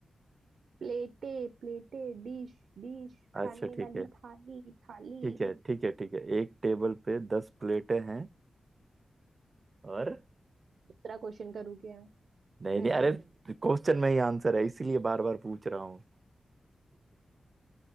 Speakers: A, on the right; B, on the right.
A: प्लेटे प्लेटे डिश डिश खाने
B: अच्छा ठीक
A: वाली
B: है
A: थाली थाली
B: ठीक है ठीक है ठीक है एक टेबल पे दस प्लेटें हैं और
A: दूसरा क्वेश्चन करूँ क्या
B: नहीं
A: रहने
B: नहीं अरे
A: दो
B: क्वेश्चन में ही आंसर है इसीलिए बार बार पूछ रहा हूँ